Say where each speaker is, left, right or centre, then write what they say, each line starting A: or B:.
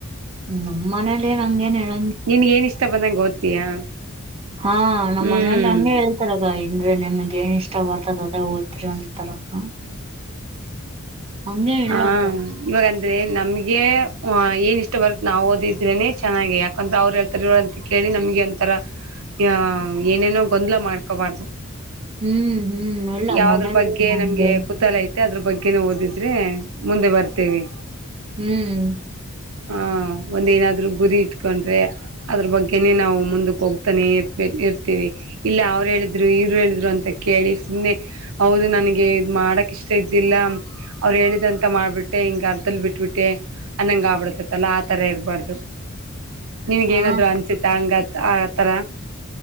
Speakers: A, on the right (about 25°); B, on the right (about 65°).
A: ನಮ್ಮ ಮನೇಲಿ ಹಂಗೆನ್ ಹೇಳ
B: ನಿನ್ಗ ಏನ್ ಇಷ್ಟ ಬಂದಂಗ ಓದ್ತೀಯಾ.
A: ಹಾ ನಮ್ಮ್
B: ಹ್ಮ್
A: ಮನೇಲಿ ಹಂಗೆ ಹೆಳ್ ತರಗ ಇಂದ್ರೆ ನನಗೆ ಇಷ್ಟ ಬರ್ತದ ಅದೇ ಓದ್ರಿ ಅಂತರ ಅಕ್ಕ. ಹಂಗೆನ್ ಇಲ್ಲ
B: ಹ
A: ಅಕ್ಕ.
B: ಇವಾಗಂದ್ರೆ ನಮ್ಗೆ ವ ಏನ್ ಇಷ್ಟ ಬರುತ್ತ ನಾವು ಓದಿದ್ರೇನೆ ಚೆನ್ನಾಗಿ ಯಾಕಂದ್ರೆ ಅವ್ರು ಹೇಳ್ತಾರ ಇವ ಅಂತ ಕೇಳಿ ನಮ್ಗೆ ಒಂಥರ ಆ ಏನೇನೋ ಗೊಂದಲ ಮಾಡ್ಕೊಬಾರ್ದು.
A: ಹ್ಮ್ ಹ್ಮ್ ಇಲ್ಲ
B: ಯಾವದ್ರ
A: ಮನೇಲಿ
B: ಬಗ್ಗೆ
A: ಹಂಗೆ
B: ನಮ್ಗೆ
A: ಇರಲ್ಲ.
B: ಕುತೂಹಲ ಇತ್ ಮತ್ತೆ ಅದ್ರ ಬಗ್ಗೆನು ಓದಿದ್ರೆ ಮುಂದೆ ಬರ್ತೇವಿ.
A: ಹ್ಮ್
B: ಹ ಒಂದೇನಾದ್ರು ಗುರಿ ಇಟ್ಕೊಂಡ್ರೆ ಅದ್ರ ಬಗ್ಗೆನೆ ನಾವು ಮುಂದಕ್ ಹೋಗ್ ತಾನೆ ಇರ್ಬೇಕ ಇರ್ತೀವಿ ಇಲ್ಲ ಅವ್ರು ಹೇಳಿದ್ರು ಇವ್ರ ಹೇಳಿದ್ರು ಅಂತ ಕೇಳಿ ಸುಮ್ನೆ ಹೌದು ನನಗೆ ಇದ ಮಾಡಕ್ ಇಷ್ಟ ಇದ್ದಿಲ್ಲ ಅವ್ರ ಹೇಳಿದಂತ ಮಾಡ್ಬಿಟ್ಟೆ ಹಿಂಗ ಅರ್ಧದಲ್ಲಿ ಬಿಟ್ಬಿಟ್ಟೆ ಅನ್ನಂಗ ಆಗ್ಬಿಡತ್ ಇತಲ್ಲ ಆತರ ಇರಬಾರ್ದು ನಿನ್ಗ
A: ಹಾ
B: ಏನಾದ್ರು ಅನ್ಸತ್ತ ಹಂಗ ಆತರ?